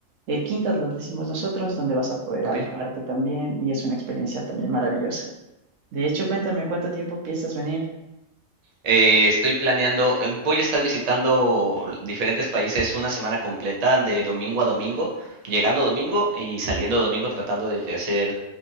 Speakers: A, on the right; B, on the right.
A: eh, quintas, los decimos nosotros, donde vas a poder
B: ok.
A: alojarte también y es una experiencia también maravillosa. De hecho, cuéntame, ¿cuánto tiempo piensas venir?
B: Eh, estoy planeando, eh, voy a estar visitando diferentes países una semana completa de domingo a domingo, llegando domingo y saliendo domingo tratando de hacer